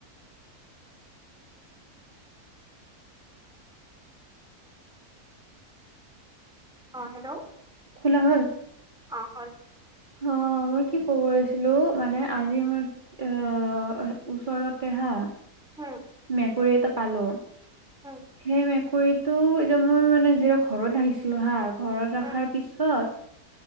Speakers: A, in the centre; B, on the right.
A: অ হেল্ল'!
B: খোলা হ'ল
A: অ হয়
B: অ মই কি কবিছিলো মানে আজি মই এ ওচৰতে হা
A: উম
B: মেকুৰী এটা পালো
A: উম
B: সেই মেকুৰীত ত' এতিয়া মই মানে যি ঘৰত আহিছিলো হা ঘৰত ৰখাৰ
A: উম
B: পিছত